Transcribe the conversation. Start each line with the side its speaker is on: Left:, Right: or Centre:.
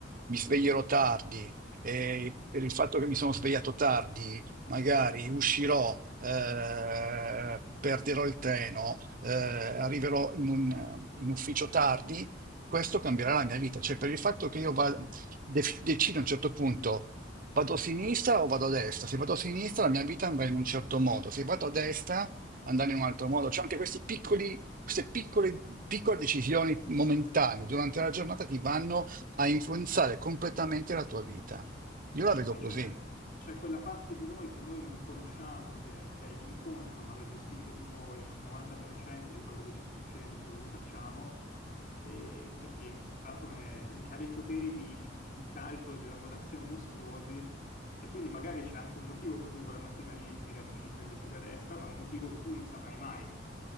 Right: mi sveglierò tardi, e per il fatto che mi sono svegliato tardi magari uscirò, eh, perderò il treno, eh, arriverò in un, in ufficio tardi, questo cambierà la mia vita. Cioè, per il fatto che io vada- def- decido a un certo punto, vado a sinistra o vado a destra? Se vado a sinistra, la mia vita andrà in un certo modo, se vado a destra, andrà in un altro modo. Cioè, anche questi piccoli. Queste piccole, piccole decisioni momentanee durante la giornata ti vanno a influenzare completamente la tua vita. Io
Left: Sì,
Right: la vedo
Left: poi
Right: così.
Left: c'è c'è quella parte di noi che noi non conosciamo, che, che è l'inconscio, ma che gestisce tipo il 90% di quello che ci succede, di quello che facciamo, e, e che chissà come, e che ha dei poteri di, di- di calcolo, di elaborazione mostruosi, e quindi magari c'è anche un motivo per cui quella mattina lì giri a sinistra invece che a destra, ma è un motivo che tu non saprai mai.